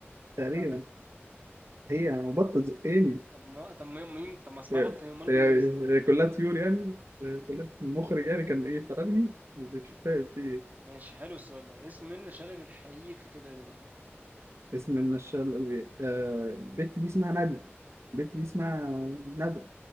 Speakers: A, on the right; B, on the right.
A: تقريبا
B: لا
A: هي بط تزقني
B: طب ما طب ما- مين طب ما اسمها
A: هي
B: بطة هي امال مين
A: هي-
B: وزة دي
A: هي كلها طيور يعني هي كلها المخرج يعني كان ايه فرنسي مش فاهم في إيه.
B: ماشي حلو السؤال ده اسم منة شلبي الحقيقي في كده رضا
A: اسم من الشر آه البت دي اسمها نادية البت دي اسمها نادية